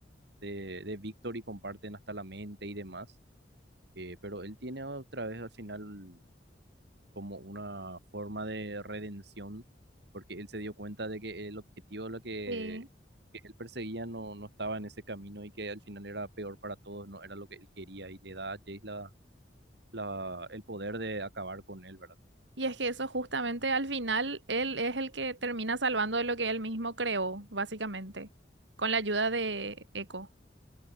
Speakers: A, on the right; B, on the right.
A: de, de Victor y comparten hasta la mente y demás. eh, pero él tiene otra vez al final como una forma de redención, porque él se dio cuenta de que el objetivo lo que,
B: Sí.
A: que él perseguía no, no estaba en ese camino y que al final era peor para todos, no era lo que él quería y le da a Jace la, la- el poder de acabar con él, ¿verdad?
B: Y es que eso justamente al final, él es el que termina salvando de lo que él mismo creó, básicamente, con la ayuda de Echo.